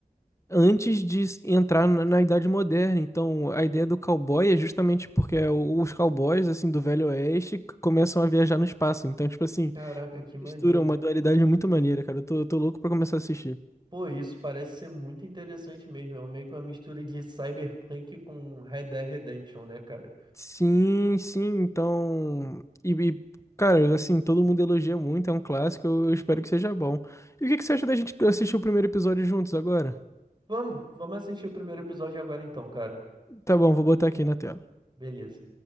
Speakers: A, on the left; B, on the right.
A: antes de s- entrar na, na Idade Moderna. Então, a ideia do cowboy é justamente porque é o- os cowboys, assim, do Velho Oeste c- começam a viajar no espaço. Então, tipo assim,
B: Caraca, que maneiro.
A: mistura uma dualidade muito maneira, cara. Eu tô, eu tô louco pra começar a assistir.
B: Pô, isso parece ser muito interessante mesmo. É meio que uma mistura de Cyberpunk com Red Dead Redemption, né, cara?
A: Sim, sim, então. E, e, cara, assim, todo mundo elogia muito, é um clássico, eu, eu espero que seja bom. E o que que você acha da gente assistir o primeiro episódio juntos agora?
B: Vamos, vamos assistir o primeiro episódio agora então, cara.
A: Tá bom, vou botar aqui na tela.
B: Beleza.